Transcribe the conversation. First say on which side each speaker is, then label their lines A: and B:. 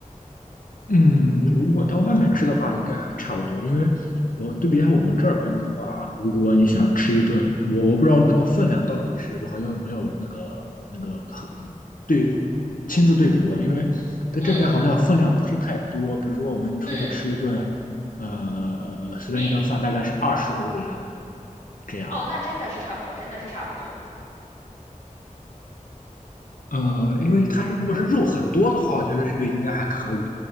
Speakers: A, on the left (about 75°); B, on the left (about 60°).
A: 嗯，如果到外面吃的话，应该还差不多。因为我对比一下我们这边的话，如果你想吃一顿，我我不知道那个分量到底是如何，因为没有那个那个和对亲自对比过。因为在这边好像分量不是太多，
B: 嗯
A: 比如说我们出去吃一顿，
B: 嗯，
A: 呃，呃随便一顿饭大概是二十欧元
B: 面，嗯，
A: 这样，
B: 哦，那真的是差不多，真的是差不多。
A: 呃，因为它是如果是肉很多的话，我觉得这个应该还可以。